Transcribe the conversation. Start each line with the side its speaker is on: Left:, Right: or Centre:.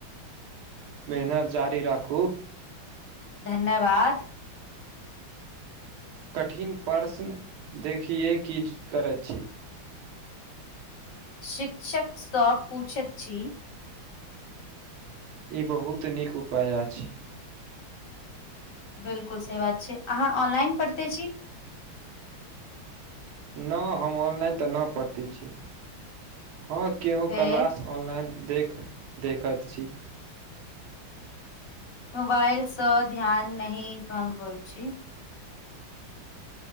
Right: मेहनत जारी राखू।
Left: धन्यवाद।
Right: कठिन प्रश्न देखियै की करैत छी।
Left: शिक्षक स पूछैत छी।
Right: ई बहुत नीक उपाय अछि।
Left: बिल्कुल सही बात छै अहाँ ऑनलाइन पढ़िते छी।
Right: न हम ऑनलाइन तऽ ना पढ़ते छी हं केहू
Left: फेर
Right: क्लास ऑनलाइन देख देखत छी।
Left: मोबाइलसँ ध्यान नहि भंग होइ छै।